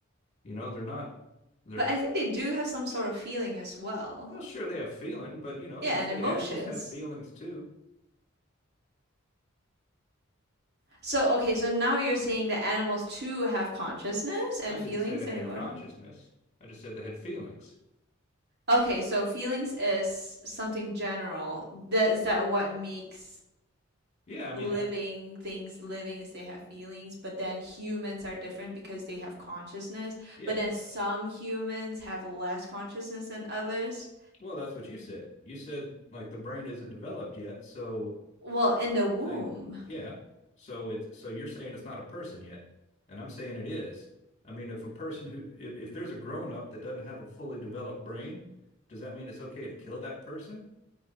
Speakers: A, on the left; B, on the right.
A: You know, they're not, they're,
B: But I think they do have some sort of feeling as well.
A: well, sure, they have feeling, but you know, we
B: Yeah,
A: say
B: and emotions.
A: animals have feelings too.
B: So okay, so now you're saying that animals too have consciousness and
A: I didn't
B: feelings
A: say they had
B: and emotions.
A: consciousness. I just said they had feelings.
B: Okay, so feelings is something general. That is that what makes
A: Yeah, I mean,
B: living things living is they have feelings, but then humans are different because they have consciousness,
A: yeah.
B: but then some humans have less consciousness than others.
A: Well, that's what you said. You said like the brain isn't developed yet, so
B: Well, in the womb.
A: something, yeah. So it's so you're saying it's not a person yet, and I'm saying it is. I mean, if a person who if, if there's a grown up that doesn't have a fully developed brain, does that mean it's okay to kill that person?